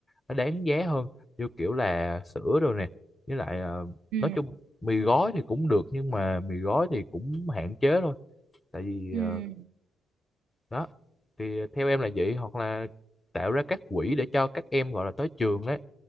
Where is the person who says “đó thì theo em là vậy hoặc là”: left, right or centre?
Left